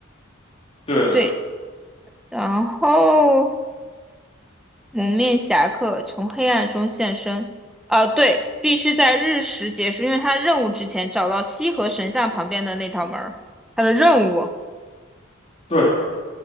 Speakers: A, on the left (about 30°); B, in the centre.
A: 对的，
B: 对，然后蒙面侠客从黑暗中现身，哦，对，必须在日食结束，因为他任务之前找到西河神像旁边的那道门儿，他的任务。
A: 对，